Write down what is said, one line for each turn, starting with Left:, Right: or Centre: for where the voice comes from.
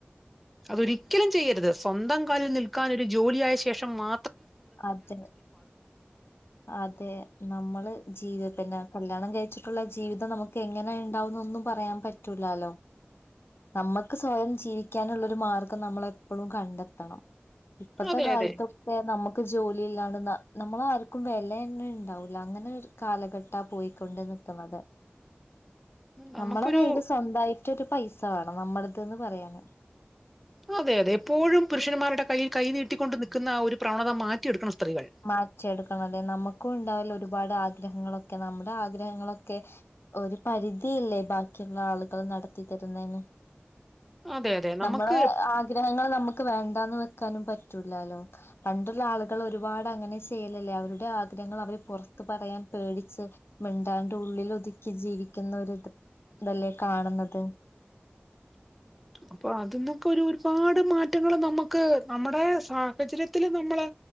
Centre: അതൊരിക്കലും ചെയ്യരുത് സ്വന്തം കാലിൽ നിൽക്കാനൊ ഒരു ജോലിയ ആായ ശേഷം മാ
Left: അതെ അതെ നമ്മള് ജീവി പിന്നെ കല്യാണം ഉച്ചിട്ടുള്ള ജീവിതം നമുക്ക് എങ്ങനെ ഉണ്ടാവുന്നൊന്നും പറയാൻ പറ്റൂലാലോ നമ്മുക്ക് സ്വയം ജീവിക്കാനുള്ള ഒരു മാർഗം നമ്മൾ എപ്പോഴും കണ്ടെത്തണം ഇപ്പത്തെ
Centre: അതെ
Left: കാലത്തൊക്കെ
Centre: അതെ
Left: നമുക്ക് ജോലിയില്ലാാണ് നമ്മള ആർക്കും വില തന്നെ ഉണ്ടാവൂല അങ്ങനെ കാലഘട്ടാ പോയിക്കൊണ്ട് നിക്കുന്നത്
Centre: നമുക്കൊരു
Left: നമ്മള കയ്ൽ സ്വന്തമായിട്ട് മറ്റൊരു പൈസ വേണം നമ്മടതന്ന് പറയാന
Centre: അതെ അതെ എപ്പോഴും പുരുഷന്മാരുടെ കയ്യിൽ കൈ നീട്ടിക്കൊണ്ട് നിൽക്കുന്ന ആ ഒരു പ്രണത മാറ്റിയെടുക്കണം സ്ത്രീകൾ
Left: മാറ്റെടുക്കണം അതെ നമുക്കും ഉണ്ടാവല്ലോ ഒരുപാട് ആഗ്രഹങ്ങളൊക്കെ നമ്മുടെ ആഗ്രഹങ്ങളൊക്കെ ഒരു പരിധിയില്ലേ ബാക്കിയുള്ള ആളുകൾ നടത്തി തരുന്നതിന്
Centre: അതെ അതെ നമുക്ക്
Left: നമ്മളെ ആഗ്രഹങ്ങൾ നമുക്ക് വേണ്ടന്ന് വ <unintelligible> പറ്റോ പണ്ടുള്ള ആള ഒരുപാട് അങ്ങനെ ചെയ്യലല്ലേ അവരുടെ ആഗ്രഹങ്ങൾ അവര് പുറത്ത് പറയാൻ പേടിച്ച്ു മിണ്ടാണ്ട് ഉള്ളിൽ ഒതുക്കി ജീവിക്കുന്ന ഒരു ഇതല്ലേ കാണുന്നത്
Centre: അപ്പൊ അതിന്നൊക്കെ ഒരു ഒരുപാട് മാറ്റങ്ങള്ൾ നമുക്ക് നമ്മുടെ സാഹചര്യത്തില് നമ്മള്